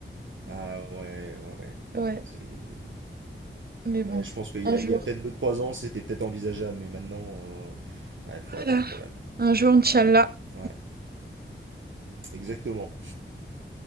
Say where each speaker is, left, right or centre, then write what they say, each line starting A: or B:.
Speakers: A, on the right (about 65°); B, on the right (about 50°).
A: Ah ouais, ouais, ouais.
B: Ouais,
A: Bon, c'est-
B: mais bon,
A: ouais, je pense qu'il y
B: un
A: a,
B: jour.
A: il y a peut-être deux, trois ans, c'était peut-être envisageable, mais maintenant, euh, ouais, faut
B: Voilà.
A: attendre quand même.
B: Un
A: Faut-
B: jour, Inch'Allah.
A: Ouais, exactement.